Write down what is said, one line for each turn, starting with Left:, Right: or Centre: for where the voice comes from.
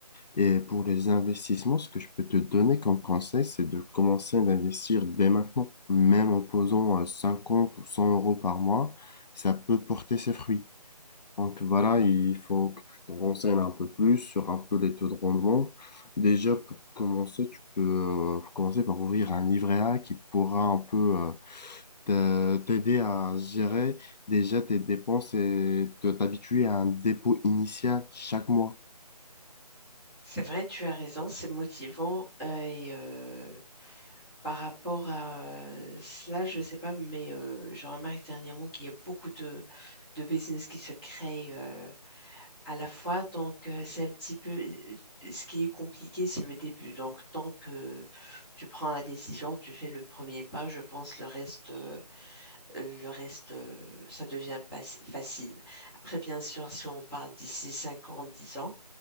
Left: Et pour les investissements, ce que je peux te donner comme conseil, c'est de commencer d'investir dès maintenant. Même en posant euh, 50 ou 100 euros par mois, ça peut porter ses fruits. Donc voilà, il faut que tu te renseignes un peu plus sur un peu les taux de rendement. Déjà, pour commencer, tu peux euh, commencer par ouvrir un livret A qui pourra un peu euh, te- t'aider à gérer déjà tes dépenses et te t'habituer à un dépôt initial chaque mois.
Centre: C'est vrai, tu as raison, c'est motivant. euh, et euh, par rapport à euh, cela, je ne sais pas, mais euh, je remarque dernièrement qu'il y a beaucoup de, de business qui se créent euh, à la fois, donc euh, c'est un petit peu ce qui est compliqué, c'est le début. Donc tant que tu prends la décision, tu fais le premier pas, je pense le reste, euh, le reste, euh, ça devient pas- facile. Après, bien sûr, si on parle d'ici 5 ans, 10 ans,